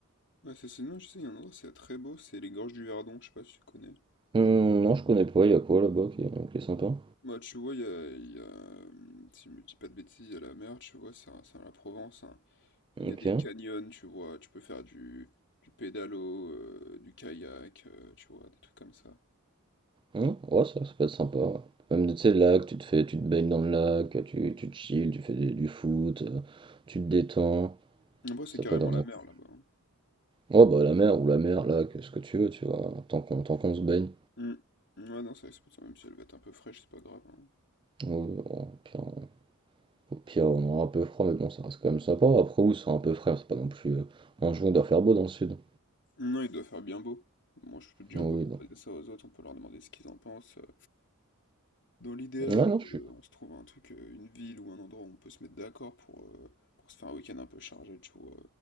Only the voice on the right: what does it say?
Hum, non, je connais pas, il y a quoi là-bas qui, est qui est sympa.
Ok.
Mmh. Ouais, ça, ça peut être sympa. ouais. Même, tu sais, le lac, tu te fais, tu te baignes dans le lac, tu, tu te chill, tu fais des- du foot, euh, tu te détends.
Ça
peut être vraiment.
cool.
Oh, bah, la mer ou la mer, lac, ce que tu veux, tu vois, tant qu'on tant qu'on se baigne.
Ouais, ouais, au pire, on, au pire, on aura un peu froid, mais bon, ça reste quand même sympa. Après, oui, c'est un peu frais, c'est pas non plus. euh, en juin, on doit faire beau dans le sud.
Ouais,
Oui,
non.
Ouais, non, je
suis.